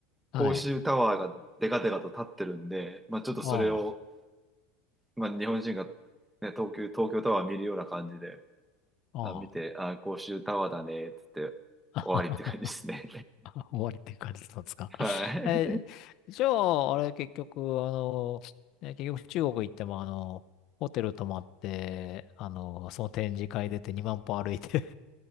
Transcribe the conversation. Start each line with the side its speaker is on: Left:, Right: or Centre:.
Centre: 公衆タワーがデカデカと立ってるんで、
Left: はい。
Centre: まあ、ちょっとそれを、
Left: ああ、
Centre: まあ、日本人が、ね、東京、東京タワー見るような感じで、
Left: ああ。
Centre: あ、見て、あ、公衆タワーだね、つって終わりって感じですね。
Left: <laughs> 終わりっていう感じだったんですか
Centre: <laughs> はい。
Left: えー、じゃあ、あれ、結局、あの、ね結局中国行っても、あの、ホテル泊まって、あの、その展示会出て2万歩歩いて